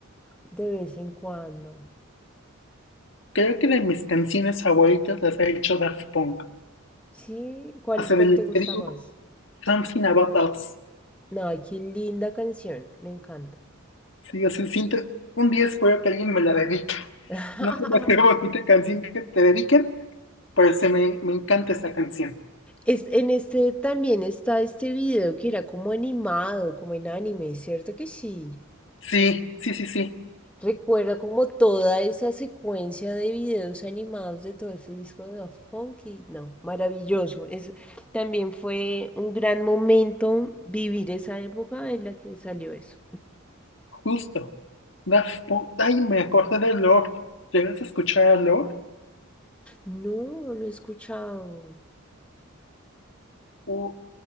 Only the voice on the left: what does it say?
Creo que de mis canciones favoritas las ha hecho Daft Punk.
Hace
del
escribo
Something About Us.
Sí, o sea, siento, un día espero que alguien me la dedique.
No sé la <laughs> qué bonita canción que te dediquen, pero se me, me encanta esa canción.
Sí, sí, sí, sí,
justo. Daft Punk. Ay, me acordé de Lord. llegas a escuchar a Lord?
U-